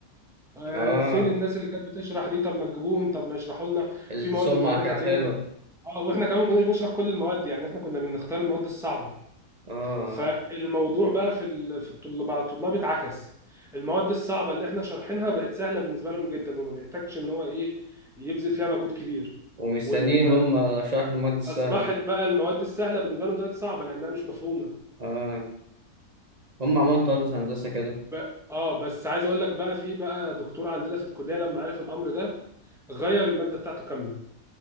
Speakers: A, in the centre; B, on the right.
A: آه
B: اه
A: فين الناس اللي كانت بتشرح دي طب ما تجيبوهم طب ما يشرحوا لنا
B: السمعه
A: في مواد اتغيرت
B: كانت
A: علينا
B: حلوه
A: اه واحنا كمان ما كناش بنشرح كل المواد يعني احنا كنا بنختار المواد الصعبه
B: اه آه.
A: فالموضوع بقى في ال... في الطل... مع الطلاب اتعكس المواد الصعبه اللي احنا شارحينها بقت سهله بالنسبه لهم جدا وما بيحتاجش ان هو ايه يبذل فيها مجهود كبير
B: ومستنيين
A: والم...
B: هم شرح المواد السهله
A: اصبحت بقى المواد السهله بالنسبه لهم دلوقتي صعبه لانها مش مفهومه
B: اه هم عملوا طلبة هندسه كده
A: ب... اه بس عايز اقول لك بقى في بقى دكتور عندنا في الكليه لما عرف الامر ده غير الماده بتاعته كامله